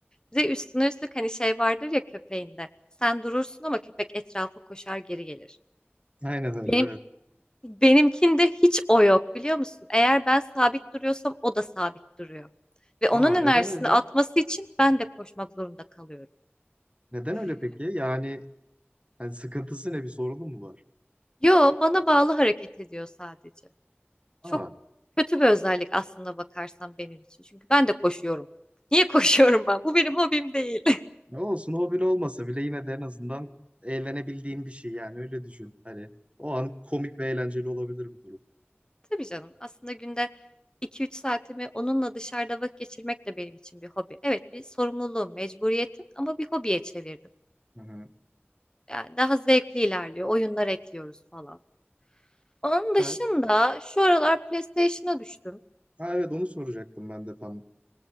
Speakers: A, on the left (about 20°); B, on the right (about 30°).
A: Bir de üstüne üstlük hani şey vardır ya köpeğinde. Sen durursun ama köpek etrafa koşar geri gelir.
B: Aynen öyle
A: Benim
B: evet.
A: Benimkinde hiç o yok biliyor musun? Eğer ben sabit duruyorsam o da sabit duruyor. Ve
B: Aa
A: onun enerjisini
B: neden öyle?
A: atması için ben de koşmak zorunda kalıyorum.
B: Neden öyle peki? Yani, yani sıkıntısı ne bir sorunu mu var?
A: Yo, bana bağlı hareket ediyor sadece.
B: Aa.
A: Çok kötü bir özellik aslında bakarsan benim için. Çünkü ben de koşuyorum. Niye koşuyorum ben? Bu benim hobim değil.
B: Ne olsun o bile olmasa bile yine de en azından eğlenebildiğin bir şey yani öyle düşün. Hani o an komik ve eğlenceli olabilir bu durum.
A: <laughs> Tabii canım. Aslında günde 2-3 saatimi onunla dışarıda vakit geçirmek de benim için bir hobi. Evet, bir sorumluluğum, mecburiyetim ama bir hobiye çevirdim.
B: Hı hı.
A: Yani daha zevkli ilerliyor. Oyunlar ekliyoruz falan. Onun
B: Süper.
A: dışında şu aralar PlayStation'a düştüm.
B: Ha evet onu soracaktım ben de tam.